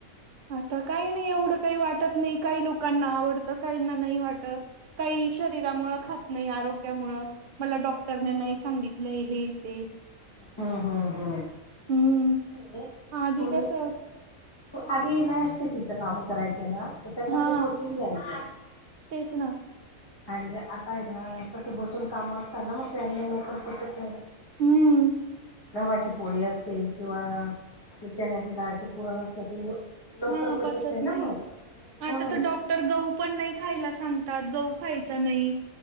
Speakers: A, on the right; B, on the left.
A: आता काही नाही, एवढं काही वाटत नाही, काही लोकांना आवडतं. काहीना नाही वाटत काही, शरीरा मुळ खात नाही, आरोग्यामुळेळ मला डॉक्टरने, नाही सांगितलंय हे, ते,
B: हा, हा, हा,
A: हम्म
B: आणि कस आहे
A: आधी
B: पूर्ण
A: कसं
B: आधीना, शेतीचं काम करायचे ना, तर त्यांना
A: हा
B: ते पचून जायचे.
A: तेच ना,
B: आणि आताआहेना, कसं बसून काम असताना, मग त्यांना लोक <unintelligible>
A: हम्म
B: घावची पोळी असते, किंवा आपल्या चण्याचे डाळाचे पुरण असत ते लवकर
A: हा, पचत नाही
B: ना मग
A: आता
B: म्हणून
A: तर डॉक् तर, गहू पण नाही खायला सांगतात, गहू खायचा नाही.